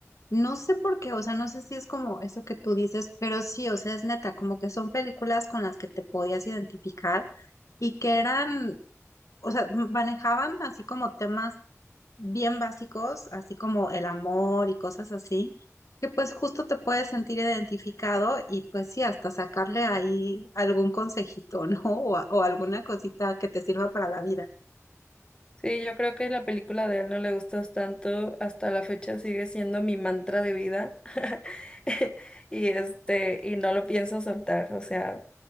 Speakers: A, on the left; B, on the left.
A: No sé por qué, o sea, no sé si es como eso que tú dices, pero sí, o sea, es neta, como que son películas con las que te podías identificar y que eran, o sea, manejaban así como temas bien básicos, así como el amor y cosas así, que pues justo te puedes sentir identificado y pues sí, hasta sacarle ahí algún consejito, ¿no? <laughs> O, a- o alguna cosita que te sirva para la vida.
B: Sí, yo creo que la película de él no le gustas tanto, hasta la fecha sigue siendo mi mantra de vida. <laughs> Y este, y no lo pienso soltar, o sea,